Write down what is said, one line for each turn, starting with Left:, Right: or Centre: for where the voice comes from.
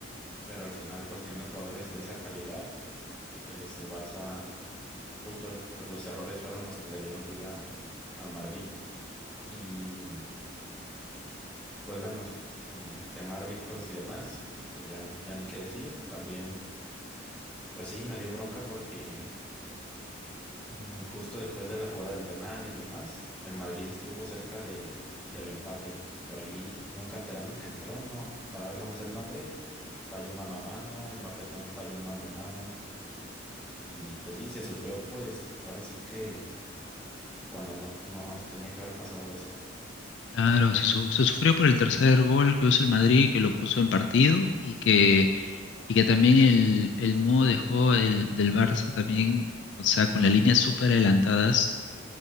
Centre: pero al final pues teniendo jugadores de esa calidad, pues el Barça, justo pues los errores fueron los que le dieron vida al Madrid. Y Pues bueno, eh, tema árbitros y demás, pues ya, n- ya ni qué decir. También, pues sí, me dio bronca porque mm, justo después de la jugada del penal y demás, el Madrid estuvo cerca de, del empate. Por ahí un canterano que entró, no, la verdad no me sé el nombre, falló un mano a mano, Mbappé también falló un mano a mano. Y pues sí, se sufrió, pues ahora sí que cuando no, no tenía que haber pasado eso.
Left: claro, se, su- se sufrió por el tercer gol que hizo el Madrid, que lo puso en partido y que, y que también el, el modo de juego del, del Barça también, o sea, con las líneas súper adelantadas,